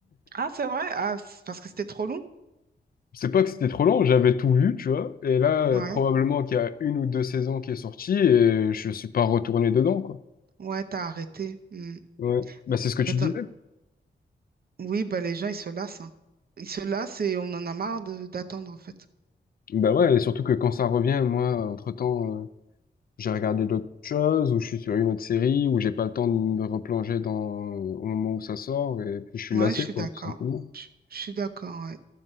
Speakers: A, on the right; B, on the left.
A: Ah, c'est vrai? Ah, c'est parce que c'était trop long?
B: C'est pas que c'était trop long, j'avais tout vu, tu vois. Et là, euh,
A: Ouais.
B: probablement qu'il y a une ou deux saisons qui est sortie et je suis pas retourné dedans, quoi.
A: Ouais, t'as arrêté. Hmm.
B: Ouais. Bah, c'est ce que
A: Bah,
B: tu
A: t'en-
B: disais.
A: oui, bah, les gens, ils se lassent. hein. Ils se lassent et on en a marre de- d'attendre, en fait.
B: Bah ouais, et surtout que quand ça revient, moi, entre-temps, euh, j'ai regardé d'autres choses ou je suis sur une autre série ou j'ai pas le temps de me replonger dans, au moment où ça sort et puis je suis
A: Ouais,
B: lassé,
A: je suis
B: quoi,
A: d'accord.
B: tout simplement.
A: Je je suis d'accord, ouais.